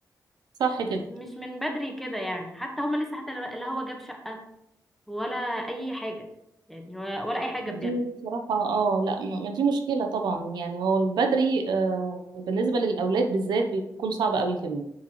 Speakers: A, on the right; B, in the centre.
A: صح كده
B: بس مش من بدري كده يعني حتى هما لسه حتى لا هو جاب شقه ولا اي حاجه يعني ولا ولا اي حاجه
A: ما
B: بجد
A: دي بصراحة اه لا ما ما دي مشكلة طبعا يعني هو البدري آه بالنسبة للأولاد بالذات بيكون صعب قوي كمان